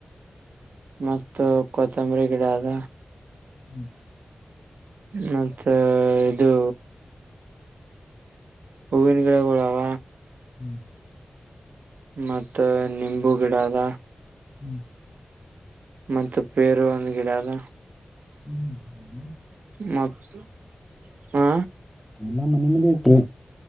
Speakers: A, on the right (about 80°); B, in the centre.
A: ಮತ್ತು ಕೊತ್ತಂಬರಿ ಗಿಡ ಅದ
B: ಹ್ಮ್
A: ಮತ್ತೆ ಇದು ಹೂವಿನ ಗಿಡೆಗಳಳಾವ
B: ಹ್ಮ್
A: ಮತ್ತ ನಿಂಬು ಗಿಡ ಅದ
B: ಹ್ಮ್
A: ಮತ್ತೆ ಪೇರು ಒಂದ ಗಿಡ ಅದ
B: ಹ್ಮ್
A: ಮತ್ತುತ್ತ ಹಾ
B: ಎಲ್ಲ ಮನೆ ಮುಂದ ಆತ್ತು